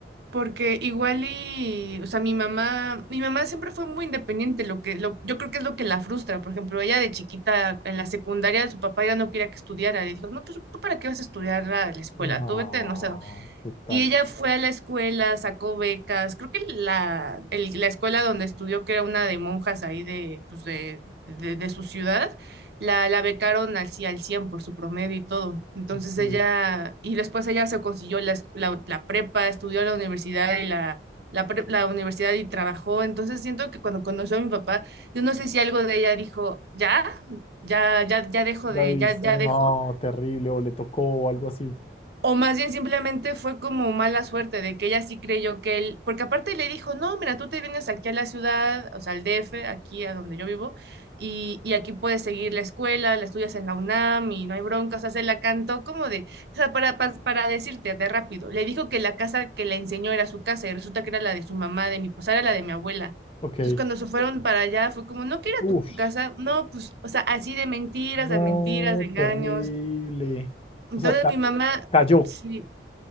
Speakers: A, on the right; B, on the left.
A: porque igual y, o sea, mi mamá, mi mamá siempre fue muy independiente, lo que, lo, yo creo que es lo que la frustra. Por ejemplo, ella de chiquita en la secundaria, su papá ya no quería que estudiara, le dijo, no, pues tú para qué vas a estudiar la, la escuela,
B: No,
A: tú vete, no sé, a
B: ¿qué tal?
A: y ella fue a la escuela, sacó becas, creo que la, el- la escuela donde estudió, que era una de monjas ahí de, pues de, de, de su ciudad, la, la becaron al, ci- al 100 por su promedio y todo. Entonces
B: Ok.
A: ella, y después ella se consiguió la, escu- la, la prepa, estudió en la universidad y la, la, pre- la universidad y trabajó. Entonces siento que cuando conoció a mi papá, yo no sé si algo de ella dijo, ya, ya, ya, ya dejo
B: Ya
A: de,
B: dice,
A: ya, ya
B: no,
A: dejo.
B: terrible, o le tocó o algo así.
A: O más bien simplemente fue como mala suerte de que ella sí creyó que él, porque aparte le dijo, no, mira, tú te vienes aquí a la ciudad, o sea, al DF, aquí a donde yo vivo, y, y aquí puedes seguir la escuela, la estudias en la UNAM y no hay bronca, o sea, se la cantó como de, o sea, para, pa- para, decirte de rápido, le dijo que la casa que le enseñó era su casa y resulta que era la de su mamá, de mi, o sea, era la de mi abuela.
B: Ok.
A: Entonces cuando se fueron para allá fue como, no, que era
B: Uf.
A: tu casa, no, pues, o sea, así de mentiras,
B: No,
A: de mentiras, de engaños.
B: terrible.
A: Entonces
B: O sea, ca-
A: mi mamá...
B: cayó.
A: Sí,